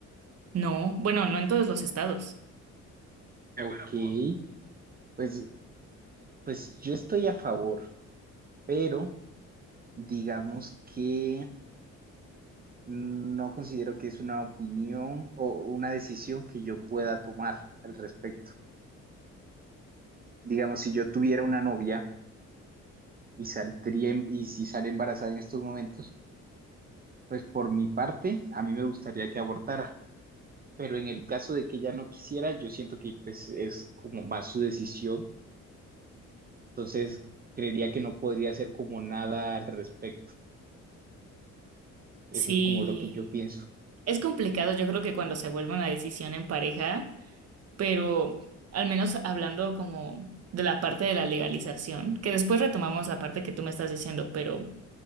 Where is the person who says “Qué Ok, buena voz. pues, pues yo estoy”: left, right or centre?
Right